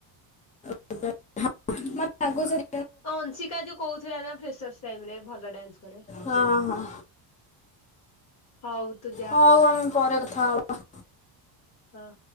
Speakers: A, on the left (about 15°); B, on the left (about 35°).
A: <inaudible>
B: ଅଂଶିକା ଯୋଉ କହୁଥିଲା ନା ଫ୍ରେସର ସାଇବ୍ ରେ ଭଲ ଡ୍ୟାନ୍ସ କରେ।
A: ହଁ ହଁ।
B: ହଉ ତୁ ଯା
A: ହଉ ଆମେ ପରେ କଥା ହବା
B: ହଁ।